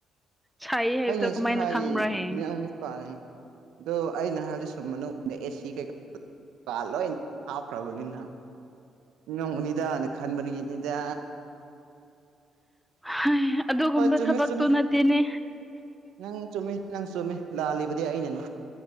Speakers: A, in the centre; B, on the right.
A: ꯁꯥꯏ ꯍꯥꯏꯕꯗꯣ
B: ꯑꯩꯅꯁꯨ
A: ꯀꯃꯥꯏꯅ
B: ꯍꯥꯏꯌꯦ
A: ꯈꯪꯕ꯭ꯔꯥ ꯍꯦ
B: ꯃꯤꯅꯎꯃꯤꯠ ꯄꯅꯦ ꯑꯗꯣ ꯑꯩꯅ ꯍꯥꯏ ꯑꯗꯨ ꯁꯨꯝ ꯃꯅꯨꯡꯗ ꯑꯦꯁꯤ ꯀꯩꯀꯥ ꯂꯣꯏ ꯍꯥꯎꯈ꯭ꯔꯕꯅꯤꯅ ꯅꯣꯡꯃꯅꯤꯗꯅ ꯈꯟꯕꯅꯤꯒꯤꯅꯤꯗ
A: ꯍꯩ ꯑꯗꯨꯒꯨꯝꯕ
B: ꯍꯣꯏ ꯆꯨꯝꯃꯤ
A: ꯊꯕꯛꯇꯨ
B: ꯆꯨꯝꯃꯤ
A: ꯅꯠꯇꯦꯅꯦ
B: ꯅꯪ ꯆꯨꯝꯃꯤ ꯅꯪ ꯆꯨꯝꯃꯤ ꯂꯥꯜꯂꯤꯕꯗꯤ ꯑꯩꯅꯅꯦ